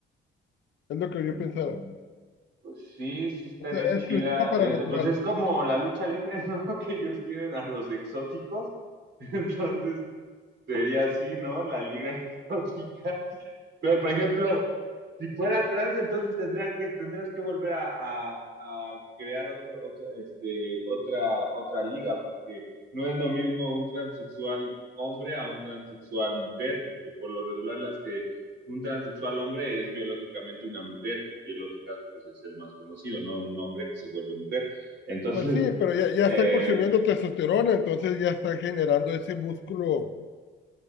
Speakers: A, on the left; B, on the right.
A: Es lo que yo
B: mm,
A: pensaba.
B: pues sí, sí estaría
A: O sea,
B: chida.
A: exclusiva para
B: Eh,
A: natural.
B: eh, pues es como la lucha libre, ¿no? <laughs> Que ellos tienen a los exóticos. <laughs> Entonces sería así, ¿no? La liga <laughs> exótica Pero, por ejemplo, si fuera trans, entonces tendría que, tendrías que volver a, a- a crear otro, otro, este, otra, otra liga, porque no es lo mismo un transexual hombre a un transexual mujer, porque por lo regular las que un transexual hombre es biológicamente una mujer, y el otro caso pues es el más conocido, ¿no? Un hombre que se vuelve mujer. Entonces,
A: Pues sí, pero ya, ya
B: eh,
A: están consumiendo testosterona, entonces ya están generando ese músculo.